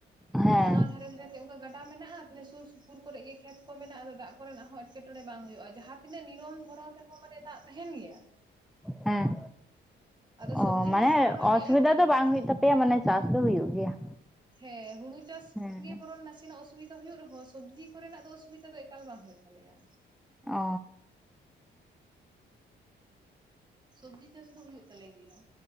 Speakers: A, in the centre; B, on the right.
A: ᱦᱮᱸ
B: ᱚᱱᱟ ᱫᱷᱟᱨᱮ ᱫᱷᱟᱨᱮᱛᱮ ᱚᱱᱠᱟ ᱜᱟᱰᱟ ᱢᱮᱱᱟᱜᱼᱟ ᱛᱮ ᱥᱩᱨ ᱥᱩᱯᱩᱨ ᱠᱚᱨᱮ ᱜᱮ ᱠᱷᱮᱛ ᱠᱚ ᱢᱮᱱᱟᱜᱼᱟ ᱟᱫᱚ ᱫᱟᱜ ᱠᱚᱨᱮᱱᱟᱜ ᱦᱚᱸ ᱮᱴᱠᱮᱴᱚᱬᱮ ᱵᱟᱝ ᱦᱩᱭᱩᱜᱼᱟ᱾ ᱡᱟᱦᱟᱸ ᱛᱤᱱᱟᱹᱜ ᱱᱤᱨᱚᱱ ᱫᱷᱚᱨᱚᱱ ᱨᱮᱦᱚᱸ ᱢᱟᱱᱮ ᱫᱟᱜ ᱛᱟᱦᱮᱱ ᱜᱮᱭᱟ᱾
A: ᱦᱮᱸ,
B: ᱟᱫᱚ
A: ᱚ
B: ᱥᱚᱵᱽᱡᱤ
A: ᱢᱟᱱᱮ
B: ᱠᱚᱫᱚ ᱥᱟᱱᱟᱢᱟᱜ
A: ᱚᱥᱩᱵᱤᱫᱟ
B: ᱜᱮ ᱟᱞᱮ ᱱᱚᱛᱮ
A: ᱫᱚ
B: ᱦᱩᱭᱩᱜᱼᱟ
A: ᱵᱟᱝ ᱦᱩᱭᱩᱜ ᱛᱟᱯᱮᱭᱟ, ᱢᱟᱱᱮ ᱪᱟᱥ ᱫᱚ ᱦᱩᱭᱩᱜ ᱜᱮᱭᱟ᱾
B: ᱦᱮᱸ, ᱦᱩᱲᱩ ᱪᱟᱥ
A: ᱦᱮᱸ
B: ᱜᱮ ᱵᱚᱨᱚᱱ ᱱᱟᱥᱮᱱᱟᱜ ᱚᱥᱩᱵᱤᱫᱟ ᱦᱳᱭᱳᱜ ᱨᱮᱦᱚᱸ ᱥᱚᱵᱽᱡᱤ ᱠᱚᱨᱮᱱᱟᱜ ᱫᱚ ᱚᱥᱩᱵᱤᱫᱟ ᱫᱚ ᱮᱠᱟᱞ ᱵᱟᱝ ᱦᱳᱭᱳᱜ ᱛᱟᱞᱮᱭᱟ᱾
A: ᱚ,
B: ᱥᱚᱵᱽᱡᱤ ᱪᱟᱥ ᱫᱚ ᱦᱳᱭᱳᱜ ᱛᱟᱞᱮ ᱜᱮᱭᱟ᱾